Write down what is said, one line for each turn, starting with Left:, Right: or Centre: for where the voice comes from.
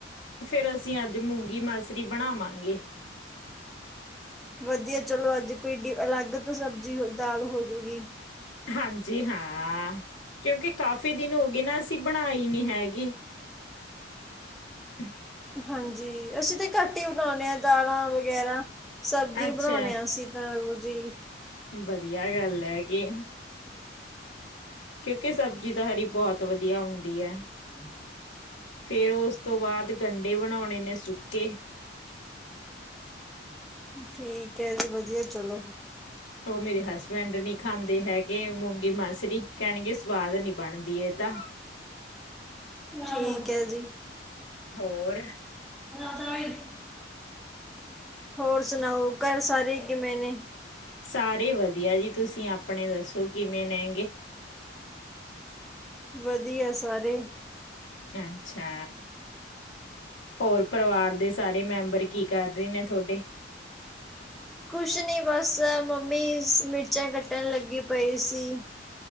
Left: ਫਿਰ ਅਸੀਂ ਅੱਜ ਮੂੰਗੀ ਮਰਸਰੀ ਬਣਾਵਾਂਗੇ।
Centre: ਵਧੀਆ ਚਲੋ ਅੱਜ ਕੋਈ, ਅਲੱਗ ਤੋਂ ਸਬਜ਼ੀ ਹੋ ਦਾਲ ਹੋਜੂਗੀ।
Left: ਹਾਂਜੀ ਹਾਂ ਕਿਉਂਕਿ ਕਾਫੀ ਦਿਨ ਹੋ ਗਏ ਨਾ ਅਸੀਂ ਬਣਾਈ ਨਹੀਂ ਹੈਗੀ। ਹੂੰ,
Centre: ਹਾਂਜੀ, ਅਸੀਂ ਤੇ ਘੱਟ ਹੀ ਬਣਾਉਦੇ ਹਾਂ ਦਾਲਾਂ, ਵਗੈਰਾ ਸਬਜ਼ੀ
Left: ਅੱਛਾ
Centre: ਬਣਾਉਣੇ ਅਸੀ ਤਾਂ ਰੋਜ਼ ਜੀ,
Left: ਵਧੀਆ ਗੱਲ ਐ ਗੀ, ਕਿਉਂਕਿ ਸਬਜ਼ੀ ਦਾ ਹਰੀ ਬਹੁਤ ਵਧੀਆ ਹੁੰਦੀ ਦੀਆ
Centre: ਹੂੰ,
Left: ਫੇਰ ਉਸ ਤੋਂ ਬਾਅਦ ਗੰਢੇ ਬਣਾਉਣੇ ਨੇ ਸੁੱਕੇ
Centre: ਠੀਕ ਹੈ ਜੀ ਵਧੀਆ ਚਲੋ।
Left: ਉਹ ਮੇਰੇ ਹਸਬੈਂਡ ਨੀ ਖਾਂਦੇ ਹੈਗੇ ਮੂੰਗੀ ਮਾਸਰੀ ਕਹਿਣਗੇ ਸਵਾਦ ਨੀ ਬਣਦੀ ਤਾਂ
Centre: ਠੀਕ ਹੈ ਜੀ,
Left: ਹੋਰ
Centre: <inaudible> ਹੋਰ ਸੁਣਾਓ ਘਰ ਸਾਰੇ ਕਿਵੇਂ ਨੇ?
Left: ਸਾਰੇ ਵਧੀਆ ਜੀ, ਤੁਸੀਂ ਆਪਣੇ ਦੱਸੋ ਕਿਵੇਂ ਨੇ?
Centre: ਵਧੀਆ ਸਾਰੇ,
Left: ਅੱਛਾ ਹੋਰ ਪਰਿਵਾਰ ਦੇ ਸਾਰੇ ਮੈਂਬਰ ਕੀ ਕਰ ਰਹੇ ਨੇ ਤੁਹਾਡੇ
Centre: ਕੁਛ ਨੀ ਬਸ ਮੰਮੀ ਮਿਰਚਾਂ ਕੱਟਣ ਲੱਗੀ ਪਈ ਸੀ।